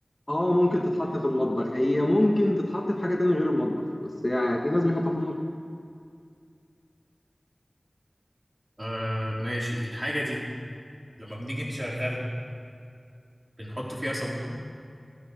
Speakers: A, on the left; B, on the right.
A: اه ممكن تتحط في المطبخ هي ممكن تتحط في حاجه تانية غير المطبخ بس يعني في ناس بيحطها في المطبخ
B: آه ماشي الحاجة دي لما بنيجي نشغلها بنحط فيها صابون